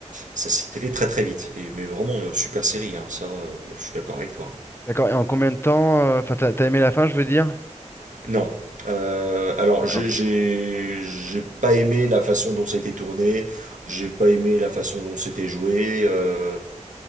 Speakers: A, on the right; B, on the left.
A: ça s'est fait très très vite. Et, mais vraiment, euh, super série, hein, ça, euh, je suis d'accord avec toi.
B: D'accord, et en combien de temps? euh, Enfin, t'as t'as aimé la fin, je veux dire?
A: Non. Euh, alors,
B: D'accord.
A: j'ai j'ai- j'ai pas aimé la façon dont ça a été tourné, j'ai pas aimé la façon dont c'était joué. euh,